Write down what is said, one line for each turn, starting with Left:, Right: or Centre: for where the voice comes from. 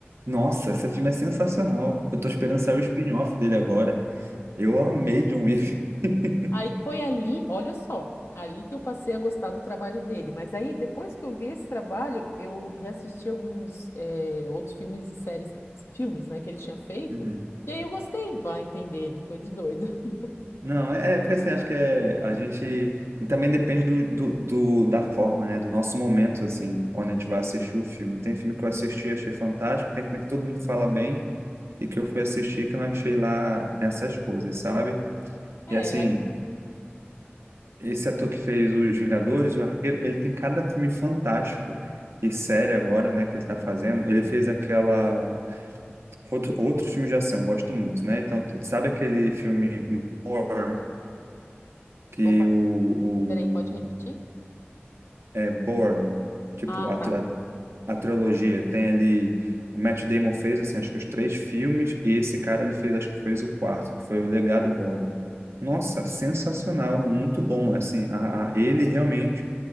Right: nossa,
Left: Ele.
Right: esse filme é sensacional. Eu tô esperando sair o spin-off dele agora. Eu amei John Wick. <laughs>
Left: Aí foi ali, olha só, ali que eu passei a gostar do trabalho dele. Mas aí, depois que eu vi esse trabalho, eu reassisti alguns eh, outros filmes e séries, que- filmes, né, que ele tinha feito.
Right: Uhum.
Left: E aí eu gostei, vai entender, né? Coisa de doido. <laughs>
Right: Não, é, é porque assim, acho que é, a gente também depende do, do, do- da forma, né? Do nosso momento, assim, quando a gente vai assistir o filme. Tem filme que eu assisti e achei fantástico, tem filme que todo mundo fala bem e que eu fui assistir que eu não achei lá essas coisas, sabe?
Left: É,
Right: E assim,
Left: aí,
Right: esse ator que fez Os Vingadores, o Arqueiro, ele tem cada filme fantástico e série agora, né, que ele tá fazendo. Ele fez aquela. Outro, outro filme de ação, gosto muito, né? Então, sabe aquele filme More? que
Left: opa,
Right: o,
Left: peraí, pode repetir?
Right: é, Bourne, tipo,
Left: Ah,
Right: a,
Left: tá.
Right: tri- a, a trilogia. Tem ali, o Matt Damon fez, assim, acho que os três filmes, e esse cara, ele fez, acho que fez o quarto, que foi o Legado Bourne. Nossa, sensacional, muito bom, assim, a, a- ele realmente,